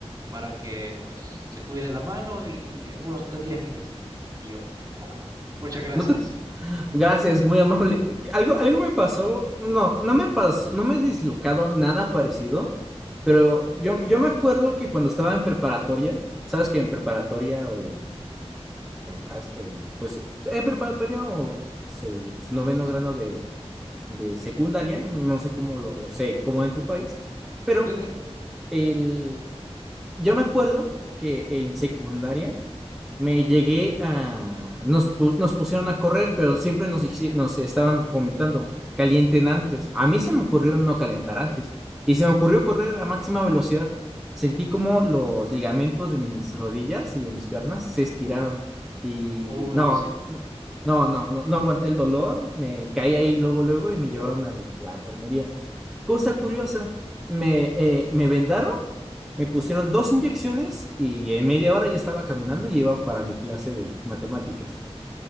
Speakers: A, on the right; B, in the centre.
A: para que pues se cuide la mano y en unos tres días quítesela. Y yo, ok, muchas gracias.
B: No te Gracias, muy amable. Algo, algo me pasó, no, no me pasó, no me he dislocado nada parecido, pero yo, yo me acuerdo que cuando estaba en preparatoria, sabes que en preparatoria o en, en- en high- en, pues en preparatoria o se- noveno grado de, de secundaria, no sé cómo lo sé, cómo en tu país, pero
A: Sí, sí.
B: el, yo me acuerdo que en secundaria me llegué a... Nos, pu- nos pusieron a correr, pero siempre nos, dici- nos estaban comentando, calienten antes. A mí se me ocurrió no calentar antes y se me ocurrió correr a máxima velocidad. Sentí como los ligamentos de mis rodillas y de mis piernas se estiraron y
A: Uy,
B: no,
A: es que sí.
B: no, no, no, no aguanté el dolor, me caí ahí luego, luego y me llevaron a la enfermería. Cosa curiosa, me, eh, me vendaron me pusieron dos inyecciones y en media hora ya estaba caminando y iba para mi clase de matemáticas.